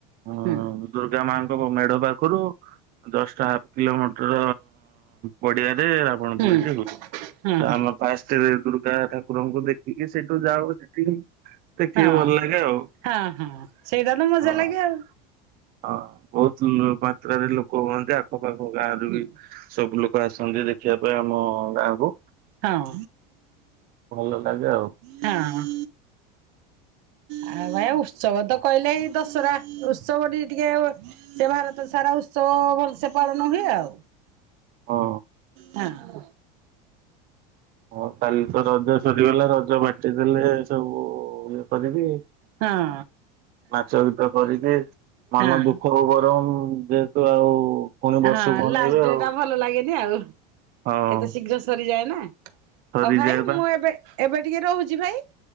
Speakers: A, on the right; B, on the right.
A: ଆଁ
B: ହୁଁ
A: ଦୁର୍ଗା ମାଙ୍କ ମେଢ ପାଖରୁ ଦଶଟା ହା କିଲୋମିଟର ପଡିଆରେ ରାବଣ
B: ହୁଁ
A: ପୋଡିଟି ହୁଏ।
B: ହଁ
A: ତ
B: ହଁ
A: ଆମ ଫାଷ୍ଟରେ ଦୁର୍ଗା ଠାକୁରଙ୍କୁ ଦେଖିକି ସେଇଠୁ ଯାଉ ସେଠିକି ଦେଖିକି
B: ହଁ
A: ଭଲ ଲାଗେ ଆଉ।
B: ହଁ ହଁ ସେଇଟା ତ ମଜା
A: ହଁ
B: ଲାଗେ ଆଉ।
A: ହଁ ବହୁତ ମାତ୍ରାରେ ଲୋକ ହୁଅନ୍ତି। ଆଖପାଖ ଗାଁରୁ
B: ହଁ
A: ବି ସବୁ ଲୋକ ଆସନ୍ତି ଦେଖିବା ପାଇଁ ଆମ ଗାଁକୁ।
B: ହଁ।
A: ଭଲ ଲାଗେ ଆଉ।
B: ତାଅଁ। ଆଉ ଭାଇ ଉତ୍ସବ ତ କହିଲେ ଏଇ ଦଶହରା ଉ ଉତ୍ସବ ଟ ଟିକେ ସେ ଭାରତ ସାରା ଉତ୍ସବ ଭଲସେ ପାଳନ ହୁଏ ଆଉ।
A: ହଁ
B: ହଁ।
A: ହଁ କାଲି ତ ରଜ ସରିଗଲା ରଜ ବାଟିଦେଲେ ସବୁ ଇଏ କରି କି
B: ହଁ
A: ନାଚ ଗୀତ କରିକି ମନ
B: ହଁ
A: ଦୁଃଖ ବରଂ ଯେ ତୁ ଆଉ ପୁଣି ବର୍ଷକୁ
B: ହଁ
A: ଅନେଇବେ
B: ଲାଷ୍ଟ ଡେଟ
A: ଆଉ।
B: ଆ ଭଲ ଲାଗେନି ଆଉ
A: ହଉ
B: କେତେ ଶୀଘ୍ର ସରିଯାଏ ନା।
A: ସରିଯାଏ
B: ହଁ ଭାଇ ମୁଁ
A: ବା
B: ଏବେ ଏବେ ଟିକେ ରହୁଛି ଭାଇ।